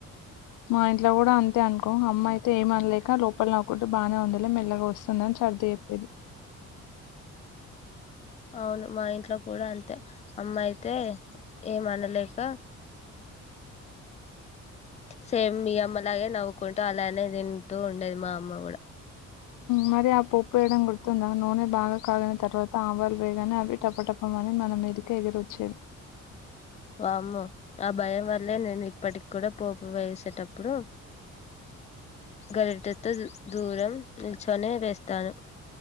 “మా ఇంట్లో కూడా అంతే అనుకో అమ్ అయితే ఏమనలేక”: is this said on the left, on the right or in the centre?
Left